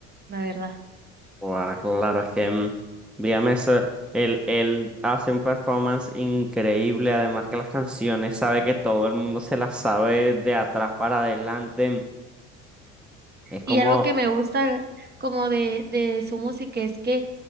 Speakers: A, on the right; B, in the centre.
A: la verdad.
B: Bueno, claro, es que mm, dígame eso, él, él hace un performance increíble, además que las canciones sabe que todo el mundo se las sabe de atrás para adelante. Es como,
A: Y algo que me gusta como de, de su música es que